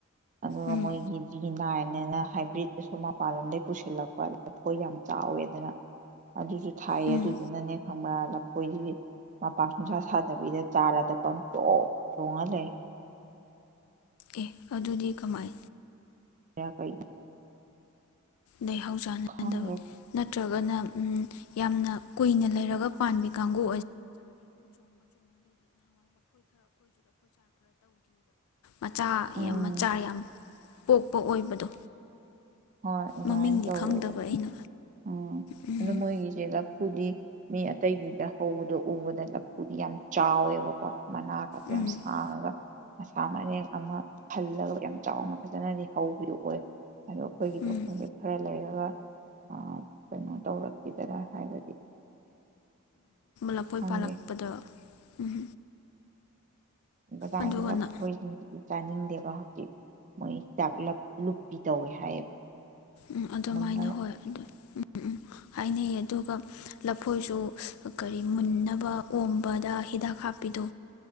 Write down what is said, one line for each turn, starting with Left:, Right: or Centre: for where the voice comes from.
Right: ꯑꯗꯨꯒ
Left: ꯎꯝ
Right: ꯃꯣꯏꯒꯤ ꯖꯤ ꯅꯥꯏ ꯅꯦ ꯅ ꯍꯥꯏꯕ꯭ꯔꯤꯠꯇꯁꯨ ꯃꯄꯥꯟ ꯂꯝꯗꯩ ꯄꯨꯁꯤꯜꯂꯛꯄ ꯂꯐꯣꯏ ꯌꯥꯝ ꯆꯥꯎꯋꯦꯗꯅ ꯑꯗꯨꯖꯨ ꯊꯥꯏꯌꯦ
Left: ꯎꯝ
Right: ꯑꯗꯨꯗꯨꯅꯅꯦ ꯈꯪꯕ꯭ꯔꯥꯂ ꯑꯩꯈꯣꯏꯒꯤ ꯃꯄꯥꯟ ꯅꯨꯡꯁꯥ ꯁꯥꯗꯕꯤꯗ ꯆꯥꯔꯗ ꯄꯪ ꯆꯣꯡ ꯆꯣꯡꯉ ꯂꯩ
Left: ꯑꯦ ꯑꯗꯨꯗꯤ ꯀꯃꯥꯏ
Right: ꯀꯌꯥ <inaudible>
Left: ꯂꯩꯍꯥꯎ ꯆꯥꯟꯅꯗꯕ
Right: ꯈꯪꯗꯦ
Left: ꯅꯠꯇ꯭ꯔꯒꯅ ꯌꯥꯝꯅ ꯀꯨꯏꯅ ꯂꯩꯔꯒ ꯄꯥꯟꯕꯤ ꯀꯥꯡꯒꯨ ꯃꯆꯥ
Right: ꯎꯝ
Left: ꯌꯥꯝ ꯃꯆꯥ ꯌꯥꯝ ꯄꯣꯛꯄ ꯑꯣꯏꯕꯗꯣ
Right: ꯍꯣꯏ ꯑꯗꯨꯃꯥꯏꯅ
Left: ꯃꯃꯤꯡꯗꯤ
Right: ꯇꯧꯋꯦꯕ
Left: ꯈꯪꯗꯕ ꯑꯩꯅ
Right: ꯎꯝ
Left: ꯎꯝ
Right: ꯑꯗꯨ ꯃꯣꯏꯒꯤꯁꯦ ꯂꯐꯨꯗꯤ ꯃꯤ ꯑꯇꯩꯒꯤꯗ ꯍꯧꯕꯗꯣ ꯎꯕꯗ ꯂꯐꯨꯗꯤ ꯌꯥꯝ ꯆꯥꯎꯋꯦꯕꯀꯣ ꯃꯅꯥ ꯀꯗꯣ
Left: ꯎꯝ
Right: ꯌꯥꯝ ꯁꯥꯡꯉꯒ ꯃꯁꯥ ꯃꯔꯦꯡ ꯑꯃ ꯈꯜꯂꯒ ꯌꯥꯝ ꯆꯥꯎꯅ ꯐꯖꯅꯗꯤ ꯍꯧꯕꯗꯨ ꯑꯣꯏ ꯑꯗꯣ ꯑꯩꯈꯣꯏꯒꯤꯗꯣ
Left: ꯎꯝ
Right: ꯈꯪꯗꯦꯛ ꯈꯔ ꯂꯩꯔꯒ ꯑ ꯀꯩꯅꯣ ꯇꯧꯔꯛꯈꯤꯗꯔꯥ ꯍꯥꯏꯕꯗꯤ
Left: ꯂꯐꯣꯏ
Right: ꯈꯪꯗꯦ
Left: ꯄꯥꯜꯂꯛꯄꯗ ꯎꯝ
Right: ꯕꯖꯥꯔꯒꯤ
Left: ꯑꯗꯨꯒꯅ
Right: ꯂꯈꯣꯏꯁꯤꯡꯁꯤꯗꯤ ꯆꯥꯅꯤꯡꯗꯦꯕ ꯍꯧ ꯖꯤꯛ ꯃꯣꯏ ꯍꯤꯗꯥꯛ ꯂꯞ ꯂꯨꯞꯄꯤ ꯇꯧꯋꯦ ꯍꯥꯏꯌꯦꯕ
Left: ꯎꯝ ꯑꯗꯨꯃꯥꯏꯅ
Right: ꯃꯨꯟꯅꯕ
Left: ꯍꯣꯏ ꯑꯗꯨ ꯎꯝ ꯎꯝ ꯍꯥꯏꯅꯩꯌꯦ ꯑꯗꯨꯒ ꯂꯐꯣꯏꯁꯨ ꯀꯔꯤ ꯃꯨꯟꯅꯕ ꯑꯣꯝꯕꯗ ꯍꯤꯗꯥꯛ ꯍꯥꯞꯄꯤꯗꯣ